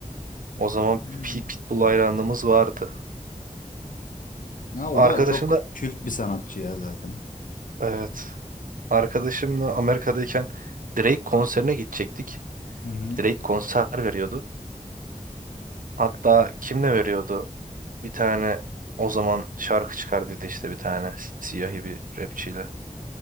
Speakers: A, on the right (about 80°); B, on the left (about 75°).
A: O zaman
B: <laughs>
A: P- Pitbull hayranlığımız vardı.
B: Ya o
A: Arkadaşım
B: da çok
A: da
B: kült bir sanatçı ya zaten.
A: evet. Arkadaşımla Amerika'dayken Drake konserine gidecektik.
B: Hı hı.
A: Drake konser veriyordu. Hatta kim ne veriyordu? Bir tane o zaman şarkı çıkardıydı işte bir tane siyahi bir rapçiyle.